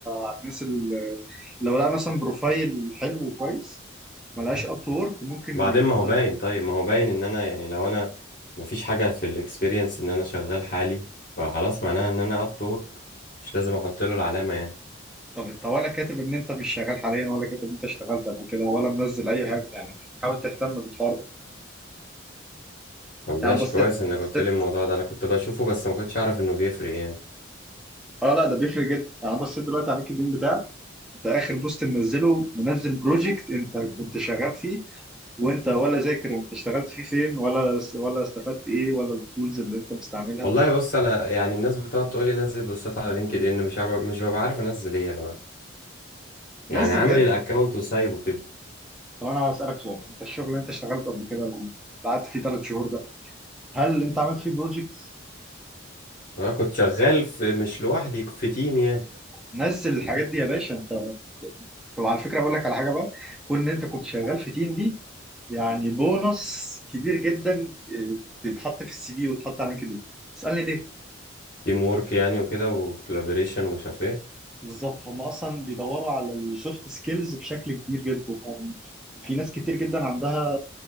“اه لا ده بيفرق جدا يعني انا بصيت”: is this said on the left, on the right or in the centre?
Centre